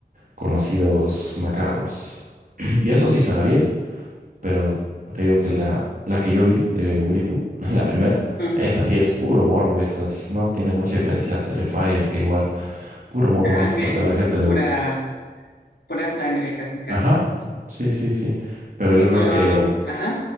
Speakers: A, on the right; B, on the left.
A: conocidos macabros. <clears throat> Y eso sí suena bien. Pero te digo que la, la que yo vi de Winnie Pooh, <laughs> la primera,
B: Ujú.
A: esa sí es puro morbo, esa es- no tiene mucha diferencia a Terrifier, que igual, puro morbo,
B: Ajá,
A: no sé
B: que
A: por
B: es
A: qué a la gente le
B: pura,
A: gusta.
B: pura sangre casi casi.
A: Ajá, sí, sí, sí, pero
B: Sí,
A: yo creo
B: pero,
A: que
B: ajá.